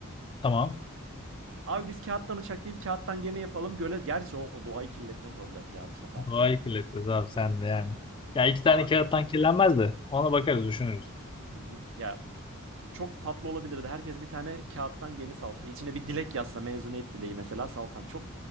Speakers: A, on the left; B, on the right.
A: Tamam.
B: Abi biz kağıttan uçak değil kağıttan gemi yapalım göle. Gerçi o, o doğayı kirletmek olacak ya bu sefer.
A: Doğayı kirletiyoruz abi sen de yani. Ya iki tane
B: Ama
A: kağıttan kirlenmez de ona bakarız düşünürüz.
B: hı hı. Ya çok tatlı olabilirdi. Herkes bir tane kağıttan gemi salsa. içine bir dilek yazsa mezuniyet dileği mesela salsak. Çok